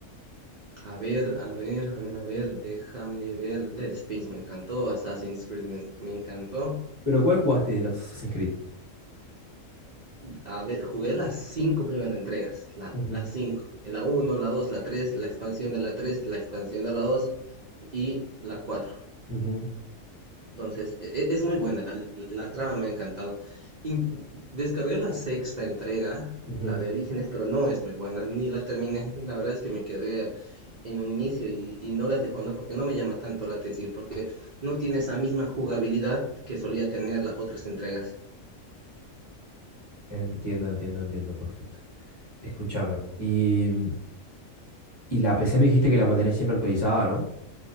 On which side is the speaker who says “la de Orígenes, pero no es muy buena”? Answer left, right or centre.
Right